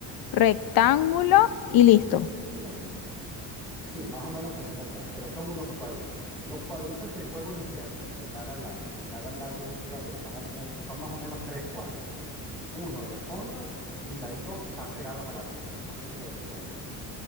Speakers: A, on the left; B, in the centre.
A: rectángulo y listo.
B: Mira, mira, mira. Sí, más o menos como un rectángulo, pero son unos cuadritos. Los cuadritos de juego interno de cada lado, de cada lado de jugador, van a tener, son más o menos tres cuadros. Uno de fondo y de ahí dos que están pegados a la red. No sé si lo recuerdas.